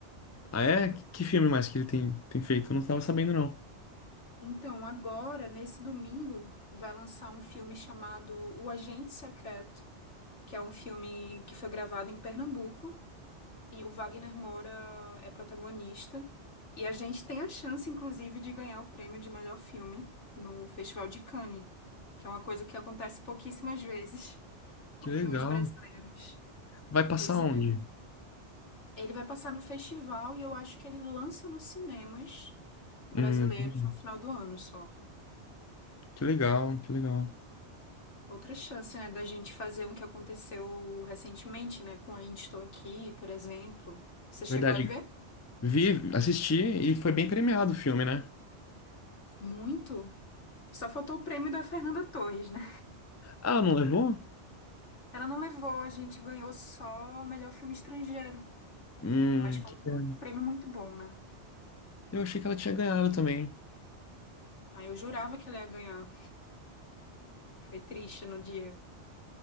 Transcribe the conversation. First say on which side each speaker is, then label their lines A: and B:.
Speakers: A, on the left; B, on the left.
A: Ah, é? Que filme mais que ele tem, tem feito? Eu não tava sabendo, não.
B: Então, agora, nesse domingo, vai lançar um filme chamado O Agente Secreto, que é um filme que foi gravado em Pernambuco, e o Wagner Moura é protagonista. E a gente tem a chance, inclusive, de ganhar o prêmio de melhor filme no Festival de Cannes, que é uma coisa que acontece pouquíssimas vezes <laughs> com
A: Que
B: filmes
A: legal.
B: brasileiros.
A: Vai passar
B: Pois é.
A: onde?
B: Ele vai passar no festival e eu acho que ele lança nos cinemas brasileiros
A: Hum, entendi.
B: no final do ano só.
A: que legal, que legal.
B: Outra chance, né, da gente fazer um que aconteceu recentemente, né, com Ainda Estou Aqui, por exemplo. Você chegou
A: Verdade.
B: a ver?
A: Vi, assisti e foi bem premiado o filme, né?
B: Muito. Só faltou o prêmio da Fernanda Torres, né?
A: Ah, não levou?
B: Ela não levou, a gente ganhou só melhor filme estrangeiro.
A: Hum,
B: Mas foi
A: que pena.
B: um prêmio muito bom, né?
A: Eu achei que ela tinha ganhado também.
B: Aí eu jurava que ela ia ganhar. Foi triste no dia.